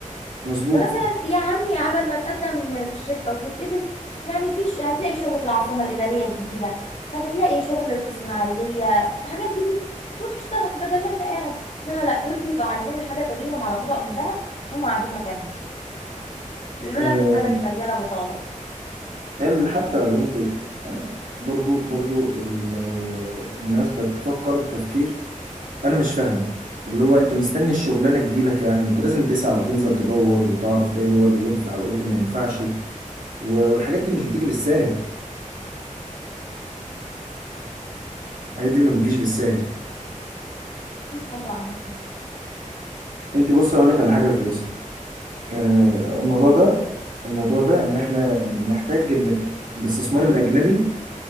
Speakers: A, on the right (about 80°); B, on the left (about 55°).
A: مظبوط
B: فمثلا يا عمي عبل ما تقدم في الشركه وتتقبل يعني في ش- هتلاقي شغل في العاصمه الاداريه الجديده هتلاقي شغل في اسماعيليه في حاجات جديده روح اشتغل بدل ما انت قاعد انما لا دول بيبقوا عايزين الحاجه تجيلهم على طبق من ذهب هم قاعدين مكانهم بيقولوا
A: آم،
B: لك البلد مليانه بطاله
A: قال حتى يا بنتي آه، برضو برضو ال- الناس بتفكر بتفكير انا مش فاهمه اللي هو انت مستني الشغلانه تجيلك يعني ما انت لازم تسعى وتنزل تدور وتعرف ايه هو اللي ينفع وايه اللي ما ينفعش و- والحاجات دي مش بتيجي بالساهل الحاجات دي ما بتجيش
B: مم.
A: بالساهل
B: أكيد طبعا
A: انت بص اقول لك على حاجه كويسه آه،
B: <laughs> طبعاً
A: الموضوع
B: على
A: ده
B: خير
A: الموضوع ده
B: قول.
A: ان احنا محتاج ان الاستثمار الاجنبي